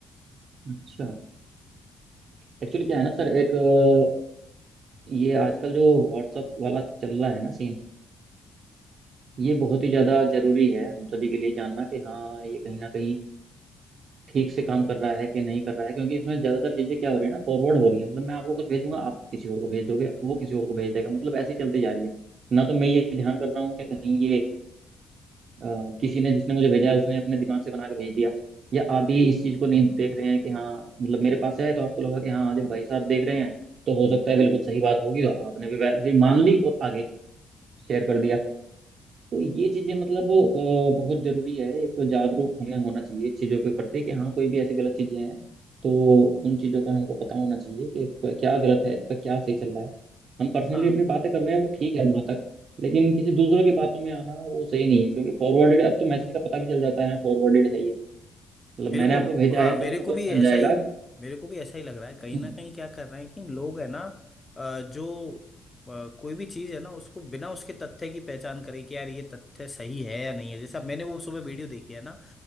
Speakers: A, on the right (about 55°); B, on the left (about 20°).
A: अच्छा एक्चुअली क्या है ना सर एक अ, ये आजकल जो व्हाट्सअप वाला चल रहा है ना सीन ये बहुत ही ज्यादा जरूरी है हम सभी के लिए जानना कि हाँ ये कहीं ना कहीं ठीक से काम कर रहा है कि नहीं कर रहा है क्योंकि इसमें ज्यादातर चीजें क्या हो रही है ना फॉरवर्ड हो रही है मतलब मैं आपको कुछ भेजूंगा आप किसी और को भेज दोगे वो किसी और को भेज देगा मतलब ऐसे ही चलती जा रही है ना तो मैं ये ध्यान कर रहा हूँ कि कहीं ये अ, किसी ने जिसने मुझे भेजा है उसने अपने दिमाग से बना के भेज दिया या आप भी इस चीज को नहीं देख रहे हैं कि हाँ मतलब मेरे पास है तो आपको लगा कि हाँ जब भाई साहब देख रहे हैं तो हो सकता है बिल्कुल सही बात होगी तो आपने भी वैसे ही मान ली और आगे शेयर कर दिया तो ये चीजें मतलब अ, बहुत जरूरी है एक जागरूक हमें होना चाहिए इस चीजों के प्रति कि हाँ कोई भी ऐसी गलत चीजें हैं तो उन चीजों का हमको पता होना चाहिए कि क- क्या गलत है इस पर क्या सही चल रहा है हम पर्सनली
B: कुछ
A: अपनी बातें कर रहे हैं वो ठीक है वहां तक लेकिन किसी दूसरों की बातों में आना वो सही नहीं है क्योंकि फॉरवर्डेड अब तो मैसेज का पता भी चल जाता है फॉरवर्डेड है ये मतलब
B: मेरे
A: मैंने
B: को
A: आपको भेजा
B: हाँ
A: है तो
B: मेरे
A: आपको
B: को भी
A: पता चल
B: ऐसा
A: जाएगा
B: ही मेरे को भी ऐसा ही लग रहा है कहीं
A: हम्म
B: ना कहीं क्या कर रहे हैं कि लोग है ना अ, जो अ, कोई भी चीज़ है ना उसको बिना उसके तथ्य की पहचान करे कि यार ये तथ्य सही है या नहीं है जैसे अब मैंने वो सुबह वीडियो देखी है ना